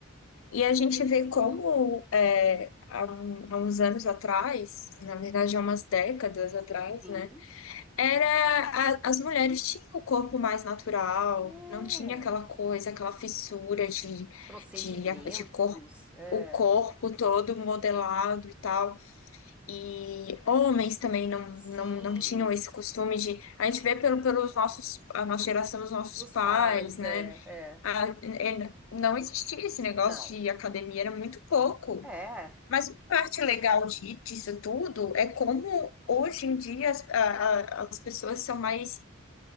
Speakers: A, on the left (about 70°); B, in the centre.
A: E a gente vê como é, há, um- há uns anos atrás, na verdade há umas décadas atrás,
B: Sim,
A: né? Era, a- as mulheres tinham o corpo mais natural,
B: é.
A: não tinha aquela coisa, aquela fissura de,
B: Procedimentos,
A: de, de corpo,
B: é.
A: o corpo todo modelado e tal. E homens também não,
B: Sim,
A: não, não tinham esse costume de. A gente vê pelo, pelos nossos, a nossa geração, os nossos
B: dos
A: pais,
B: pais,
A: né?
B: é, é.
A: A- é, não existia esse negócio
B: Não.
A: de academia, era muito pouco.
B: É.
A: Mas uma parte legal de- disso tudo é como hoje em dia as, a- a- as pessoas são mais